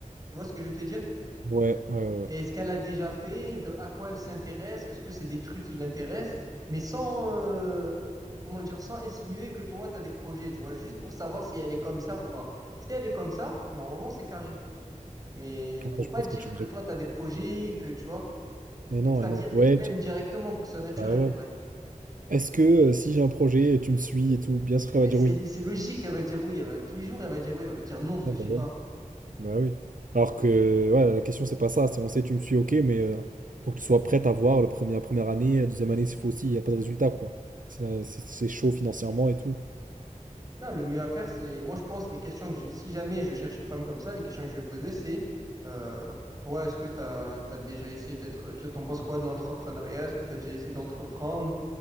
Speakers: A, on the right (about 25°); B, on the right (about 80°).
A: Tu vois ce que je veux te dire?
B: Ouais, ouais, ouais.
A: Et est-ce qu'elle a déjà fait? De, à quoi elle s'intéresse? Est-ce que c'est des trucs qui l'intéressent? Mais sans, euh, comment dire, sans insinuer que toi, tu as des projets, tu vois, juste pour savoir si elle est comme ça ou pas. Si elle est comme ça, normalement, c'est carré. Mais
B: Ouais,
A: faut pas
B: je vois
A: dire
B: ce que tu
A: que
B: veux dire.
A: toi, tu as des projets, que tu vois,
B: Et non,
A: que ça
B: et
A: vienne
B: non.
A: d'elle-même
B: Ouais. tu-
A: directement, faut que ce soit naturel
B: Bah ouais.
A: pour elle.
B: Est-ce que euh, si j'ai un projet, tu me suis et tout, bien sûr qu'elle
A: Mais
B: va dire
A: c'est,
B: oui.
A: c'est logique, elle va dire oui, elle va- tous les jours, elle va dire oui, elle va pas dire non, je te
B: Ouais,
A: suis
B: bah ouais.
A: pas.
B: Bah oui. Alors que ouais, la question c'est pas ça, c'est on sait tu me suis ok mais euh, faut que tu sois prête à voir le premier, la première année, la deuxième année s'il faut aussi, il n'y a pas de résultat quoi. C'est la- c'est- c'est chaud financièrement et tout.
A: Non, le mieux à faire, c'est, moi je pense, les questions que j'ai, si jamais je cherche une femme comme ça, les questions que je vais poser, c'est, euh, toi, est-ce que tu as, déjà essayé d'être, tu- t'en penses quoi de l'entrepreneuriat? Est-ce que tu as déjà essayé d'entreprendre,